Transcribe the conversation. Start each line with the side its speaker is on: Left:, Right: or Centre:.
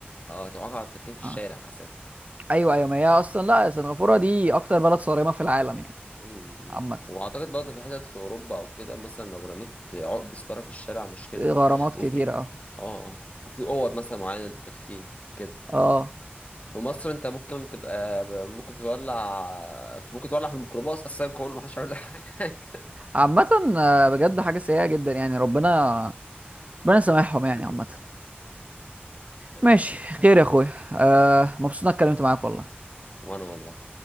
Left: اه تعاقب على التدخين في الشارع
Right: اه
Left: اساسا
Right: ايوه ايوه ما هي اصلا لا سنغافورة
Left: مم.
Right: دي اكتر بلد صارمة في العالم يعني
Left: مم.
Right: عامة
Left: واعتقد برضه في حتت في اوروبا او كده مثلا لو رميت عقب سيجاره في الشارع مشكله
Right: غرامات
Left: وفي
Right: كتير اه
Left: اه اه وفي اوض مثلا معينه للتدخين كده
Right: اه
Left: في مصر انت ممكن تبقى ممكن تولع في ممكن تولع في الميكروباص اصلا كله محدش هيقول لك حاجه
Right: عامة آه،
Left: <laughs>
Right: بجد حاجة سيئة جدا يعني ربنا ربنا يسامحهم يعني عامة
Left: امين
Right: ماشي
Left: يا رب
Right: خير يا اخويا آه مبسوط اني اتكلمت معاك والله
Left: وانا والله